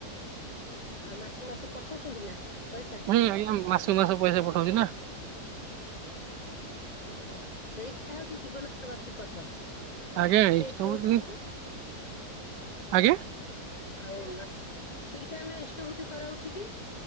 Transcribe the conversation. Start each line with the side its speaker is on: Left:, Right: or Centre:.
Left: ଆଉ ମାସକୁ ମାସ ପଠଉଛନ୍ତି ନା ପଇସା।
Right: ହୁଁ ହୁଁ ମାସକୁ ମାସ ପଇସା ପଠଉଛି ନା।
Left: ଓହୋ ସେଇଟା ହଉଛି ଜୀବନର ଗତିପଥ।
Right: ଆଜ୍ଞା
Left: <inaudible>
Right: ସବୁଦିନ ଆଜ୍ଞା
Left: ଆଉ ଠିକ ଟାଇମରେ ଇଷ୍ଟବୁଦ୍ଧି କରା ଉଠିକି।